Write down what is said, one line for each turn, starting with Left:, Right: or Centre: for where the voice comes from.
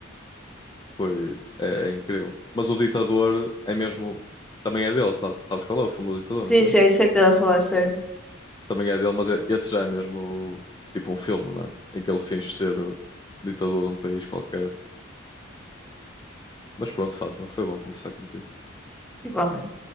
Left: foi, é, é incrível. Mas o Ditador é mesmo, também é dele, sabe? Sabes qual é o filme do Ditador,
Centre: Sim,
Left: não sabes?
Centre: sei, sei o que estás a falar, sei.
Left: também é dele, mas é- esse já é mesmo tipo um filme, não é? Em que ele finge ser o ditador de um país qualquer. Mas pronto, Fátima, foi bom conversar contigo.
Centre: Igualmente.